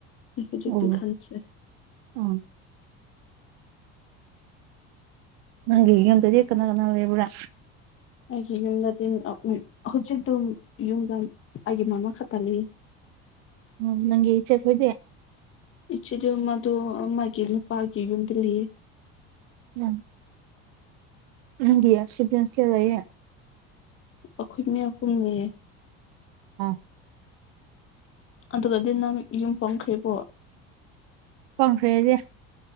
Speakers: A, on the left; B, on the right.
A: ꯑꯩ ꯍꯧꯖꯤꯛꯇꯤ
B: ꯑꯣ
A: ꯈꯟꯗ꯭ꯔꯦ
B: ꯑꯣ ꯅꯪꯒꯤ ꯌꯨꯝ ꯇꯗꯤ ꯀꯅꯥ ꯀꯅꯥ ꯂꯩꯕ꯭ꯔꯥ
A: ꯑꯩꯒꯤ ꯌꯨꯝꯗꯗꯤ ꯑ ꯎꯝ ꯍꯧꯖꯤꯛ ꯑꯗꯨꯝ ꯌꯨꯝꯗ ꯑꯩꯒꯤ ꯃꯃꯥ ꯈꯛꯇ ꯂꯩꯌꯦ
B: ꯎꯝ ꯅꯪꯒꯤ ꯏꯆꯦ ꯈꯣꯏꯗꯤ
A: ꯏꯆꯦꯗꯣ ꯃꯗꯣ ꯑ ꯃꯥꯒꯤꯅꯨꯄꯥꯒꯤ ꯌꯨꯝꯗ ꯂꯩꯌꯦ
B: ꯅꯝ ꯅꯪꯒꯤ ꯁꯤꯕꯤꯡꯁ ꯀꯌꯥ ꯂꯩꯌꯦ
A: ꯑꯩꯈꯣꯏ ꯃꯌꯥꯝ ꯄꯨꯝ ꯂꯩꯌꯦ
B: ꯑꯥ
A: ꯑꯗꯨꯗꯗꯤ ꯅꯪ ꯌꯨꯝ ꯄꯥꯡꯈ꯭ꯔꯦꯀꯣ
B: ꯄꯥꯡꯈ꯭ꯔꯦ ꯍꯥꯏꯗꯤ